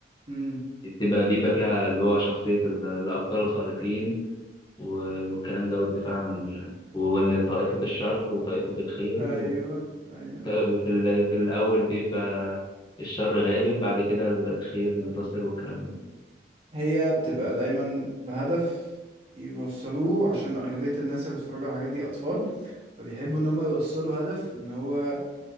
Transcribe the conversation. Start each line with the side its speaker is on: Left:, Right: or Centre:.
Right: امم
Left: بتبقى بيبقى فيها اللي هو شخصية ال- الأبطال الخارقين و- والكلام ده والدفاع عن وإن طائفة الشر وطائفة الخير
Right: ايوه
Left: و...
Right: ايوه
Left: طيب في, ال... في الأول بيبقى الشر غالب بعد كده ال- الخير ينتصر والكلام ده
Right: هي بتبقى دايما بهدف يوصلوه عشان اغلبية الناس اللي بتتفرج على الحاجات دي اطفال فبيحبوا ان هم يوصلوا هدف ان هو